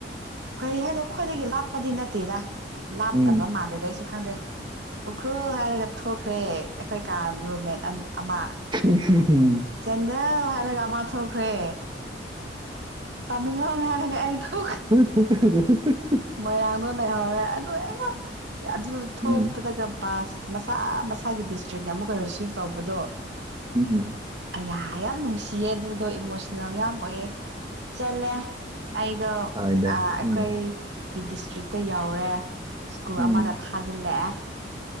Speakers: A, on the right (about 80°); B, on the right (about 25°).
A: ꯀꯔꯤ ꯍꯥꯏꯗꯣ ꯑꯩꯈꯣꯏꯗꯒꯤ ꯂꯥꯞꯄꯗꯤ ꯅꯠꯇꯦ ꯂꯥꯞꯇꯕ
B: ꯎꯝ
A: ꯃꯥꯜꯜꯂꯤꯦꯗ ꯑꯩꯁꯨ ꯈꯪꯗꯦ ꯎꯈ꯭ꯔꯨꯜ ꯍꯥꯏꯔꯒ ꯊꯣꯛꯈ꯭ꯔꯦ ꯑꯩꯈꯣꯏ ꯀꯥ ꯔꯨꯝꯃꯦꯠ ꯑ ꯑꯃ
B: ꯎꯝ
A: ꯆꯦꯟꯗꯦꯜ ꯍꯥꯏꯔꯒ ꯑꯃ ꯊꯣꯛꯈ꯭ꯔꯦ ꯇꯝꯃꯦꯡꯂꯣꯡ ꯍꯥꯏꯔꯒ ꯑꯩ ꯇ
B: ꯎꯝ
A: ꯃꯣꯏꯔꯥꯡꯗꯣ ꯂꯩꯍꯧꯔꯦ ꯑꯗꯨ ꯑꯩ ꯌꯥꯝ ꯑꯗꯨ ꯊꯣꯛꯄꯗꯒ
B: ꯎꯝ
A: ꯄꯥꯁ ꯃꯁꯥ ꯃꯁꯥꯒꯤ ꯗꯤꯁꯇ꯭ꯔꯤꯛꯅ ꯑꯃꯨꯛꯀ ꯔꯤꯁꯤꯞ ꯇꯧꯕꯗꯣ
B: ꯑꯣ
A: ꯑꯌꯥ ꯌꯥꯝ ꯅꯨꯡꯁꯤꯌꯦ ꯑꯗꯨꯗꯣ ꯏꯃꯣꯁꯅꯦꯜ ꯌꯥꯝ ꯑꯣꯏꯑꯦ ꯆꯠꯂꯦ ꯑꯩꯗꯣ
B: ꯍꯣꯏꯗ
A: ꯑ
B: ꯎꯝ
A: ꯒꯤ ꯗꯤꯁꯇ꯭ꯔꯤꯛꯇ ꯌꯧꯔꯦ ꯁ꯭ꯀꯨꯜ
B: ꯎꯝ
A: ꯑꯃꯗ ꯊꯥꯖꯤꯜꯂꯛꯑꯦ